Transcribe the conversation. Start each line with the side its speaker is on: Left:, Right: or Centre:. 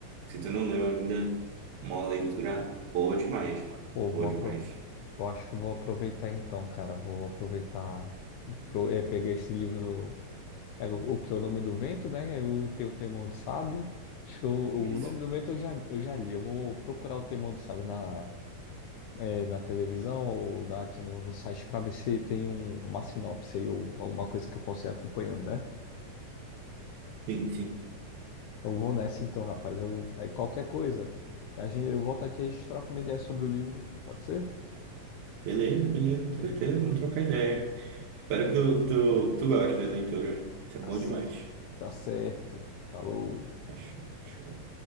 Right: Se tu não leu ainda, uma leitura boa demais, mano.
Left: Pô,
Right: Boa
Left: vou aproveitar.
Right: demais.
Left: Eu acho que eu vou aproveitar então, cara. Vou aproveitar, pro- eh, pegar esse livro, é, o, o que é o Nome do Vento, né? Eu tenho o Temor do Sábio. Acho que eu- o
Right: Isso.
Left: Nome do Vento eu já, eu já li. Eu vou procurar o Temor do Sábio na, eh, na televisão ou dar aqui no, no site para ver se tem um- uma sinopse aí ou alguma coisa que eu possa ir acompanhando, né?
Right: Sim, sim.
Left: Eu vou nessa então, rapaz. Eu, aí qualquer coisa, a gente, eu volto aqui e a gente troca uma ideia sobre o livro. Pode ser?
Right: Beleza, beleza, com
Left: Eh,
Right: certeza. Vamos trocar ideia. Espero que tu, tu, tu goste da leitura. Isso é
Left: Tá
Right: bom
Left: certo.
Right: demais.
Left: Tá certo. Falou.
Right: Acho, acho